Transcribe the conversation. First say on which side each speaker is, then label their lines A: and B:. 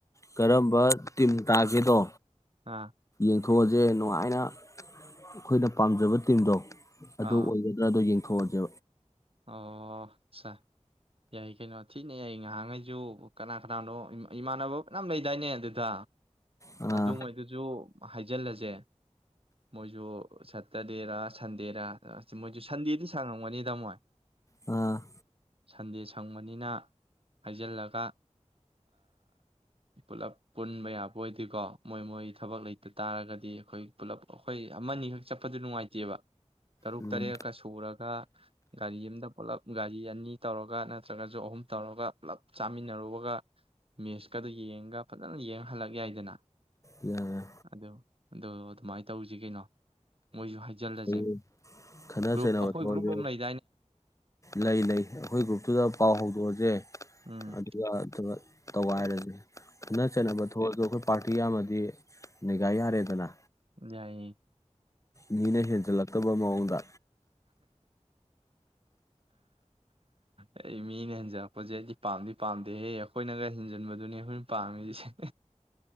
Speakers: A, on the left (about 25°); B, on the right (about 50°).
A: ꯀꯔꯝꯕ ꯇꯤꯝ ꯇꯥꯒꯦꯗꯣ
B: ꯑꯥ
A: ꯌꯦꯦꯡꯊꯣꯛꯑꯁꯦ ꯅꯨꯡꯉꯥꯏꯅ ꯑꯩꯈꯣꯏꯅ ꯄꯥꯝꯖꯕ ꯇꯤꯝꯗꯣ ꯑꯗꯨ
B: ꯑꯥ
A: ꯑꯣꯏꯒꯗ꯭ꯔꯥ ꯑꯗꯣ ꯌꯦꯡ ꯊꯣꯖ
B: ꯑꯣ ꯁꯥꯔ ꯌꯥꯏ ꯀꯩꯅꯣ ꯊꯤꯅ ꯌꯥꯏ ꯉꯥꯏꯍꯥꯛꯈꯩꯁꯨ ꯀꯅꯥ ꯀꯅꯥꯅꯣ ꯏꯃꯥꯟꯅꯕ ꯃꯅꯌꯥꯝ ꯂꯩꯗꯥꯏꯅꯦ ꯑꯗꯨꯗ
A: ꯑꯥ
B: ꯑꯗꯨ ꯃꯣꯏꯗꯨꯁꯨ ꯍꯥꯏꯖꯤꯜꯂꯁꯦ ꯃꯣꯏꯁꯨ ꯁꯇꯔꯗꯦꯔꯥ ꯁꯟꯗꯦꯔ ꯑꯁꯤ ꯃꯣꯏꯁꯨ ꯁꯟꯗꯦꯗꯤ ꯁꯥꯡꯉꯝꯒꯅꯤ ꯇꯥꯃꯣꯏ
A: ꯑ
B: ꯁꯟꯗꯦ ꯁꯪꯕꯅꯤꯅ ꯍꯥꯏꯖꯤꯜꯂꯒ ꯄꯨꯂꯞ ꯄꯨꯟꯕ ꯌꯥꯕ ꯑꯣꯏꯗꯀꯣ ꯃꯣꯏ ꯃꯣꯏ ꯊꯕꯛ ꯂꯩꯇ ꯇꯥꯔꯒꯗꯤ ꯑꯩꯈꯣꯏ ꯄꯨꯂꯞ ꯑꯩꯈꯣꯏ ꯑꯃꯅꯤ ꯑꯈꯛ ꯆꯠꯄꯗꯨ ꯅꯨꯡꯉꯥꯏꯇꯦꯕ ꯇꯔꯨꯛ
A: ꯎꯝ
B: ꯇꯔꯦꯠꯀ ꯁꯨꯔꯒ ꯒꯥꯔꯤ ꯑꯝꯗ ꯄꯨꯂꯞ ꯒꯥꯔꯤ ꯑꯅꯤ ꯇꯧꯔꯒ ꯅꯠꯇ꯭ꯔꯒꯁꯨ ꯑꯍꯨꯝ ꯇꯧꯔꯒ ꯄꯨꯂꯞ ꯆꯥꯃꯤꯟꯅꯔꯨꯕꯒ ꯃꯦꯁꯀꯗꯨꯣ ꯌꯦꯡꯉꯒ ꯐꯖꯅ ꯌꯦꯡ ꯍꯜꯂꯛ ꯌꯥꯏꯗꯅ
A: ꯌꯥꯏ ꯌꯥꯏ
B: ꯑ ꯑꯗꯣ ꯑꯗꯨꯃꯥꯏꯅ ꯇꯧꯁꯤ ꯀꯩꯅꯣ ꯃꯣꯏꯁꯨ ꯍꯥꯏ ꯜ ꯑꯁꯦ
A: ꯑꯩ ꯈꯠꯅ
B: ꯒ꯭ꯔꯨꯞ
A: ꯆꯩꯅꯕ
B: ꯑꯩꯈꯣꯏ
A: ꯊꯣꯛꯑꯁꯨ
B: ꯒ꯭ꯔꯨꯞ ꯑꯃ ꯂꯩꯇꯦ
A: ꯂꯩ ꯂꯩ ꯑꯩꯈꯣꯏ ꯒ꯭ꯔꯨꯞꯇꯨꯗ ꯄꯥꯎ ꯍꯧꯗꯣꯛꯑꯁꯦ
B: ꯎꯝ
A: ꯑꯗꯨꯒ ꯇꯧꯋꯥꯏꯔꯒꯦ ꯑꯗꯨꯅ ꯆꯩꯠꯅꯕ
B: ꯎꯝ
A: ꯊꯣꯛꯑꯁꯨ ꯑꯩꯈꯣꯏ ꯄꯔ ꯑꯇꯤ ꯑꯃꯗꯤ ꯅꯤꯒꯥ ꯌꯥꯔꯦꯗꯅ
B: ꯌꯥꯏ
A: ꯃꯤꯅ ꯍꯦ ꯖꯥ ꯂꯥꯛ ꯇꯨꯝ ꯃꯑꯣꯡꯗ
B: ꯑꯩ ꯃꯤꯅ ꯍꯦꯟꯖꯜꯂꯛꯄꯁꯦ ꯑꯩꯗꯤ ꯄꯥꯝꯗꯤ ꯄꯥꯝꯗꯦꯍꯦ ꯑꯩꯈꯣꯏꯅꯒ ꯍꯦꯟꯖꯤꯟꯕꯗꯨꯅꯤ ꯑꯩꯈꯣꯏꯅ ꯄꯥꯝꯃꯤꯁꯦ